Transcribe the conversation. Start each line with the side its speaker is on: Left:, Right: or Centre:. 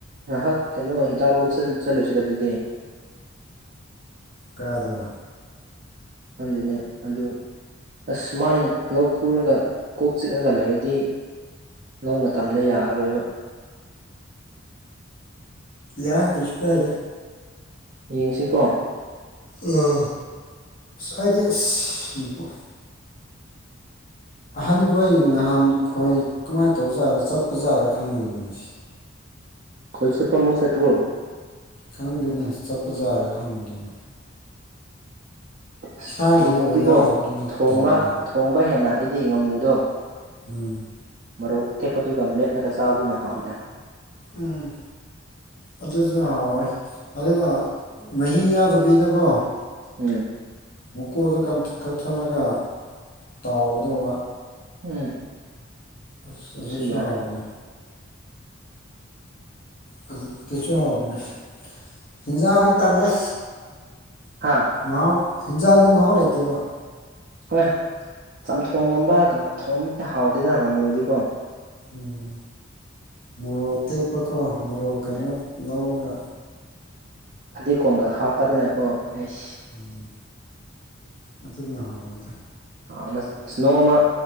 Right: ꯉꯍꯥꯛ ꯀꯩꯅꯣ ꯍꯤꯗꯥꯛ ꯂꯧꯕ ꯆꯠꯂꯨꯁꯤꯔꯥ ꯑꯗꯨꯗꯤ
Left: ꯀꯥꯏꯗ
Right: ꯈꯪꯗꯦꯅꯦ ꯑꯗꯨ ꯑꯁ ꯁꯨꯃꯥꯏꯅ ꯂꯧ ꯈꯨꯔꯒ ꯀꯣꯛ ꯆꯤꯛꯑꯒ ꯂꯩꯔꯗꯤ ꯂꯧ ꯃꯥꯇꯝꯗ ꯌꯥꯔꯔꯣꯏꯕ
Left: ꯌꯥꯏ ꯀꯩꯁꯨ ꯀꯥꯏꯗꯦ
Right: ꯌꯦꯡꯁꯤꯀꯣ
Left: ꯑꯥ ꯑꯩꯗꯤ ꯑꯁ ꯑꯍꯟꯈꯣꯏ ꯅꯍꯥꯟꯈꯣꯏ ꯀꯃꯥꯏꯅ ꯇꯧꯕꯖꯥꯠꯔ ꯆꯠꯄꯖꯥꯠꯔꯥ ꯈꯪꯗꯦꯅꯦ
Right: ꯈꯣꯏ ꯆꯨꯞꯄ ꯑꯃꯨꯛ ꯆꯠꯄ꯭ꯔꯣ
Left: ꯈꯪꯗꯦꯅꯦ ꯆꯞꯄ ꯖꯥꯔ ꯈꯪꯉꯣꯏꯅꯦ
Right: ꯑꯁ
Left: ꯏꯁꯥꯒꯤ
Right: ꯉꯥꯃꯨꯗꯤꯀꯣ
Left: ꯈꯣꯏ ꯌꯥꯎꯗꯕꯅꯤꯅ
Right: ꯊꯣꯡꯕ
Left: ꯇꯟꯕ
Right: ꯊꯣꯡꯕ ꯍꯦꯟꯅ ꯑꯩꯗꯤ ꯉꯥꯃꯨꯗꯣ
Left: ꯎꯝ
Right: ꯃꯔꯣꯛ ꯑꯇꯦꯛꯄꯗꯨꯒ ꯃꯦꯠꯂꯒ ꯆꯥꯕꯗꯨꯅ ꯍꯥꯎꯋꯤꯗ
Left: ꯎꯝ ꯑꯗꯨꯖꯨ ꯍꯥꯎꯋꯦ ꯑꯗꯨꯒ ꯃꯍꯤ ꯌꯥꯗꯕꯤꯗꯀꯣ
Right: ꯎꯝ
Left: ꯃꯨꯀꯣꯗꯣ ꯀꯟꯊꯛ ꯀꯛꯊꯠꯂꯒ ꯇꯥꯎꯒꯗꯧꯕ
Right: ꯎꯝ
Left: ꯑꯁ
Right: ꯑꯗꯨꯁꯨ
Left: ꯑꯖꯨꯁꯨ
Right: ꯌꯥꯏ
Left: ꯍꯥꯎꯕꯅꯦ ꯍꯧꯖꯤꯛꯇꯥꯁꯨ ꯍꯥꯎꯕꯅꯦ ꯍꯤꯟꯖꯥꯡꯗꯤ ꯇꯜꯂꯦ
Right: ꯍꯥꯥ
Left: ꯃꯍꯥꯎ ꯍꯤꯟꯖꯥꯡꯗꯤ ꯃꯍꯥꯎ ꯂꯩꯇꯦꯕ
Right: ꯍꯣꯏ ꯆꯝꯊꯣꯡ ꯒꯨꯝꯕ ꯀꯥꯡ ꯊꯣꯡꯉꯝꯗꯤ ꯍꯥꯎꯗꯦꯗ ꯉꯝꯃꯨꯗꯤꯀꯣ
Left: ꯎꯝ ꯃꯣꯔꯣꯛ ꯇꯦꯛꯄꯀꯣ ꯃꯣꯔꯣꯛ ꯀꯩꯅꯣ
Right: ꯎꯝ
Left: ꯂꯧꯔꯒ
Right: ꯐꯗꯤ ꯀꯣꯝꯒ ꯍꯥꯞꯄꯗꯅꯀꯣ ꯑꯦꯁ
Left: ꯎꯝ ꯑꯗꯨꯅ ꯍꯥꯎꯋꯦꯗ
Right: ꯍꯥꯎꯋꯦ ꯅꯁꯨ ꯅꯣꯡꯃ